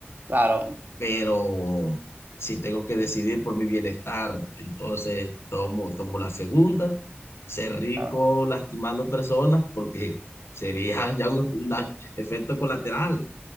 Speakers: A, on the right; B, on the left.
A: claro,
B: Pero si tengo que decidir por mi bienestar, entonces tomo, tomo la segunda, ser rico
A: claro. O
B: lastimando personas, porque sería ya un, un da- efecto colateral.